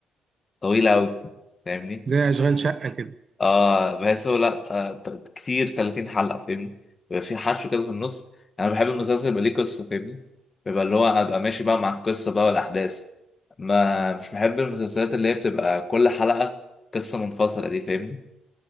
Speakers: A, on the left; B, on the right.
A: طويلة أوي فاهمني؟
B: زي أشغال شقة كده
A: آه بحسه لأ آه ت- كتير 30 حلقة فاهمني؟ بيبقى في حشو كده في النص أنا بحب المسلسل يبقى ليه قصة فاهمني؟ بيبقى اللي هو أبقى ماشي بقى مع القصة بقى والأحداث ما مش بحب المسلسلات اللي هي بتبقى كل حلقة قصة منفصلة دي فاهمني؟